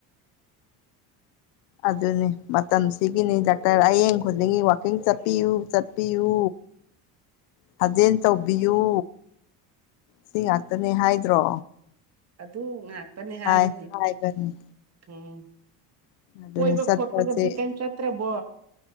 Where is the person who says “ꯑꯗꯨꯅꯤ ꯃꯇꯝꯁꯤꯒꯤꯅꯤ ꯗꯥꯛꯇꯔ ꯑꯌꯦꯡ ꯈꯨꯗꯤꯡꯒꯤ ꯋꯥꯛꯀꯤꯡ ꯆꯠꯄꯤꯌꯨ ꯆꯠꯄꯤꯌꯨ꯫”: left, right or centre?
Left